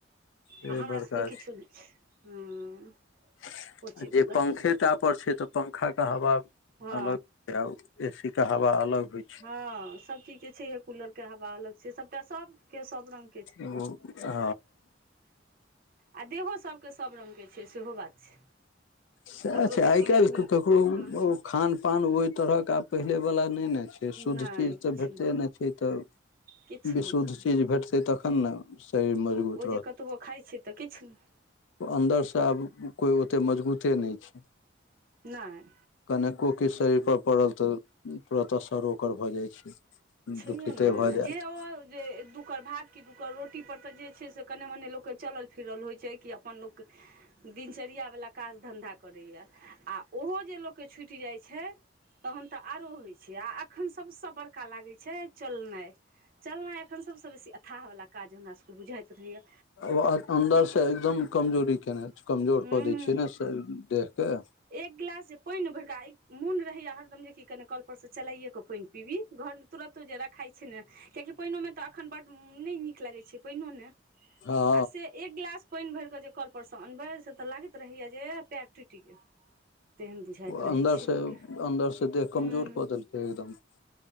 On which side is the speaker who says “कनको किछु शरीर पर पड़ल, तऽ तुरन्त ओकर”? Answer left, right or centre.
Left